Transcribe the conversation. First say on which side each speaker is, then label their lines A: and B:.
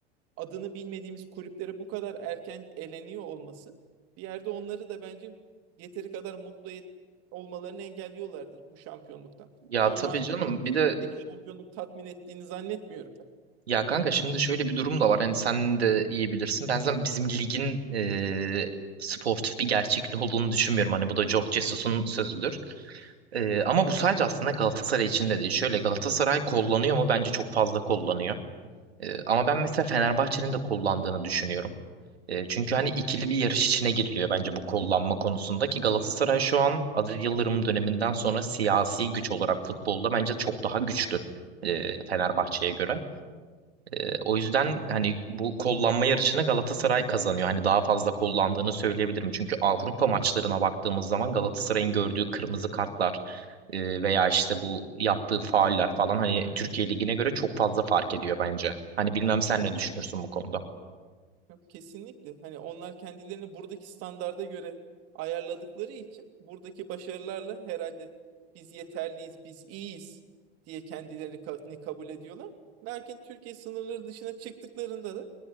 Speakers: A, on the right; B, on the right.
A: adını bilmediğimiz kulüplere bu kadar erken eleniyor olması bir yerde onları da bence yeteri kadar mutlu et, olmalarını engelliyorlardır bu şampiyonluktan.
B: Ya
A: Çoğunu
B: tabii
A: artık
B: canım
A: Türkiye
B: bir de
A: Ligi'ndeki şampiyonluk tatmin ettiğini zannetmiyorum.
B: ya kanka şimdi şöyle bir durum da var hani sen de iyi bilirsin. Ben zaten bizim ligin e, sportif bir gerçekliği olduğunu düşünmüyorum. Hani bu da George Jesus'un sözüdür. Ee, ama bu sadece aslında Galatasaray için de değil. Şöyle Galatasaray kullanıyor mu? Bence çok fazla kullanıyor. Ee, ama ben mesela Fenerbahçe'nin de kullandığını düşünüyorum. Ee, çünkü hani ikili bir yarış içine giriliyor bence bu kullanma konusunda ki Galatasaray şu an Aziz Yıldırım döneminden sonra siyasi güç olarak futbolda bence çok daha güçlü e, Fenerbahçe'ye göre. Ee, o yüzden hani bu kollanma yarışını Galatasaray kazanıyor. Hani daha fazla kollandığını söyleyebilirim. Çünkü Avrupa maçlarına baktığımız zaman Galatasaray'ın gördüğü kırmızı kartlar e, veya işte bu yaptığı fauller falan hani Türkiye Ligi'ne göre çok fazla fark ediyor bence. Hani bilmem sen ne düşünürsün bu konuda.
A: Yok kesinlikle. Hani onlar kendilerini buradaki standarda göre ayarladıkları için buradaki başarılarla herhalde biz yeterliyiz, biz iyiyiz diye kendilerini kabul ediyorlar. Lakin Türkiye sınırları dışına çıktıklarında da